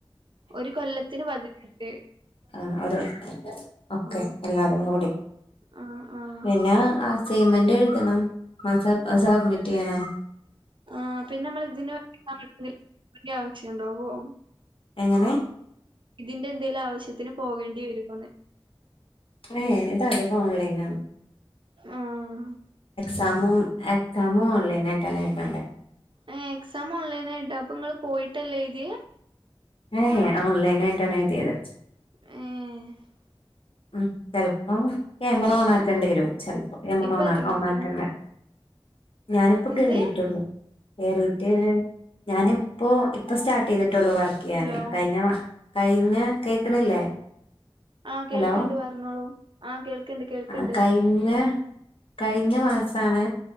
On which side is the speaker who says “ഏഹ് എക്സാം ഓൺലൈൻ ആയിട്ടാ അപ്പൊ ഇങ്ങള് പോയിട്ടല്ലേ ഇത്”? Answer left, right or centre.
Right